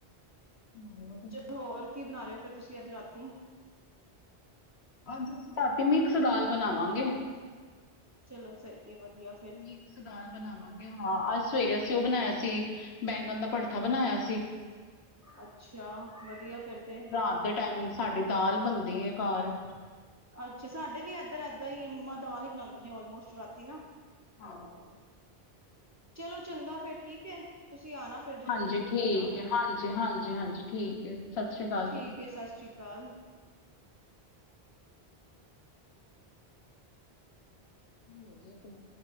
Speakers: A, on the left; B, on the right.
A: ਹੋਰ
B: ਚਲੋ ਹੋਰ ਕੀ ਬਣਾ ਰਏ ਓ, ਫੇਰ ਤੁਸੀਂ ਅੱਜ ਰਾਤੀ।
A: ਅੱਜ ਅਸੀਂ ਰਾਤੀ ਮਿਕਸ ਦਾਲ ਬਣਾਵਾਂਗੇ।
B: ਚਲੋ ਸਈ ਏ ਵਦੀਆ।
A: ਮਿਕਸ ਦਾਲ ਬਣਾਵਾਂਗੇ ਹਾਂ, ਅੱਜ ਸਵੇਰੇ ਅਸੀਂ ਉਹ ਬਣਾਇਆ ਸੀ, ਬੈਂਗਣ ਦਾ ਭੜਥਾ ਬਣਾਇਆ ਸੀ।
B: ਅੱਛਾ, ਵਦੀਆ ਫੇਰ ਤੇ
A: ਰਾਤ ਦੇ ਟਾਈਮ, ਸਾਡੀ ਦਾਲ ਬਣਦੀ ਏ ਘਰ।
B: ਅੱਛਾ, ਸਾਡੇ ਵੀ ਇਧਰ ਏਦਾਂ ਈ ਮੰਮਾ ਦਾਲ ਈ ਬਣਾਂਦੇ ਨੇ, ਆਲਮੋਸਟ ਰਾਤੀ ਨਾ।
A: ਹਾਂ।
B: ਚਲੋ ਚੰਗਾ, ਫੇਰ ਠੀਕ ਠੀਕ ਐ, ਤੁਸੀਂ ਆਣਾ ਫਿਰ, ਜ਼ਰੂਰ
A: ਹਾਂਜੀ
B: ਵਿਜਿਟ
A: ਠੀਕ
B: ਕਰਨਾ।
A: ਹੈ ਹਾਂਜੀ ਹਾਂਜੀ ਹਾਂਜੀ ਠੀਕ ਹੈ ਸਤਿ ਸ਼੍ਰੀ ਅਕਾਲ
B: ਠੀਕ
A: ਜੀ
B: ਏ, ਸਤਿ ਸ੍ਰੀ ਅਕਾਲ।
A: ਹੋ ਗਿਆ ਤੋਂ